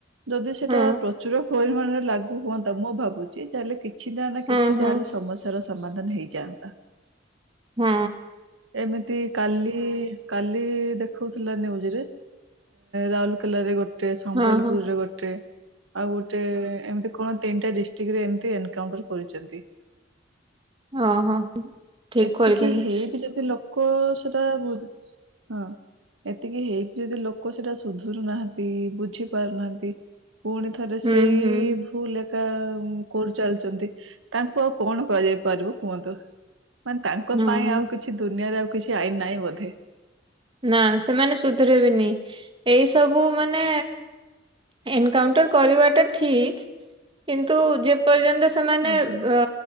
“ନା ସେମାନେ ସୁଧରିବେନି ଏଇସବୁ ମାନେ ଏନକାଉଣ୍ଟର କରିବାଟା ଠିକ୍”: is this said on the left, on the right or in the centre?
Right